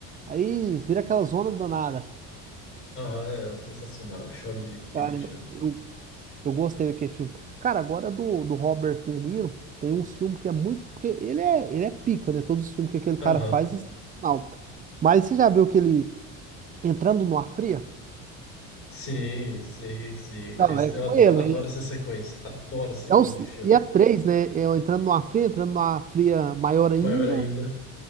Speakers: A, on the right (about 20°); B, on the left (about 35°).
A: Aí vira aquela zona danada.
B: Aham, é sensacional. Eu choro de rir com aquele
A: Cara,
B: filme.
A: eu, Eu gostei daquele filme. Cara, agora do, do Robert De Niro, tem uns filmes que é muito. Porque ele é, ele é pica, né? Todos os filmes que aquele
B: Aham.
A: cara faz é sensacional. Mas você já viu aquele Entrando numa Fria?
B: Sim, sim, sim.
A: Não,
B: Esse-
A: é com
B: Eu adoro,
A: ele.
B: adoro
A: né?
B: essa sequência. Adoro essa sequência
A: É um,
B: de filme.
A: e é três, né? É o Entrando numa Fria, Entrando numa Fria maior ainda.
B: Maior ainda.